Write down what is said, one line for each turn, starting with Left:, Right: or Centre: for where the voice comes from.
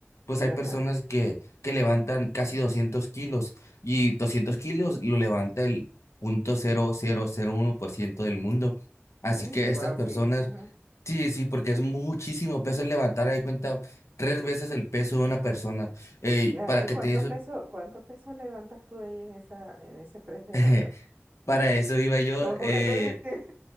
Left: pues hay
Right: ajá.
Left: personas que, que levantan casi 200 kilos y 200 kilos lo levanta el punto cero cero cero uno por ciento del mundo, así
Right: wow,
Left: que estas personas
Right: sí, ajá.
Left: Sí, sí, porque es muchísimo peso levantar, ahí cuenta, tres veces el peso de una persona. Ey,
Right: Claro.
Left: para
Right: ¿Y
Left: que
Right: cuánto
Left: te eso,
Right: peso, cuánto peso levantas tú ahí en esa, en ese press de
Left: <laughs>
Right: banca?
Left: para eso iba yo.
Right: No, porque
Left: eh,
Right: te ríes.